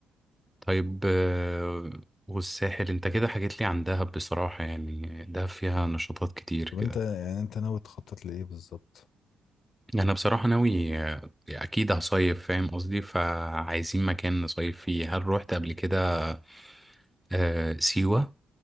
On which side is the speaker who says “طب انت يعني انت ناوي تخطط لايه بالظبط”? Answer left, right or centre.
Left